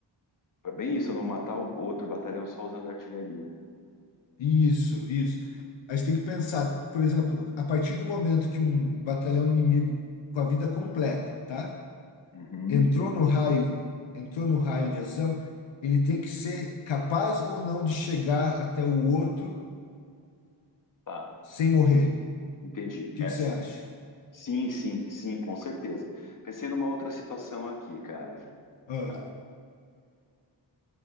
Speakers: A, on the left; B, on the left.
A: é bem isso, não matar o outro batalhão só usando artilharia, né?
B: Isso, isso. A gente tem que pensar, por exemplo, a partir do momento que um batalhão inimigo com a vida completa, tá?
A: Uhum.
B: entrou no raio, entrou no raio de ação, ele tem que ser capaz ou não de chegar até o outro
A: Tá,
B: sem morrer.
A: entendi.
B: O que
A: Essa.
B: que você acha?
A: Sim, sim, sim, com certeza. Pensei numa outra situação aqui, cara.
B: Ah,
A: tá?